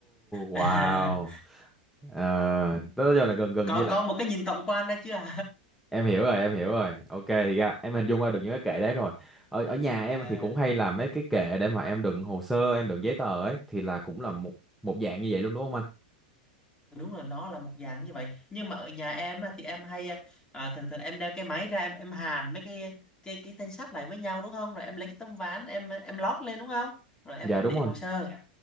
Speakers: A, in the centre; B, on the left.
A: wow.
B: à,
A: Ờ, tới giờ là gần gần
B: có
A: như là
B: có một cái nhìn tổng quan đó chưa
A: em hiểu rồi em hiểu rồi ok thì ra em hình dung ra được những cái kệ đấy rồi ở ở nhà
B: <laughs>
A: em
B: à
A: thì cũng hay làm mấy cái kệ để mà em đựng hồ sơ em đựng giấy tờ ấy thì là cũng là một một dạng như vậy luôn đúng không anh
B: đúng là nó là một dạng như vậy nhưng mà ở nhà em á, thì em hay à, thường thường em đeo cái máy ra em, em hàn mấy cái cái cái thanh sắt lại với nhau đúng không rồi em lấy cái tấm ván em em lót lên đúng không rồi em
A: dạ
B: em
A: đúng
B: để
A: rồi
B: hồ sơ Dạ.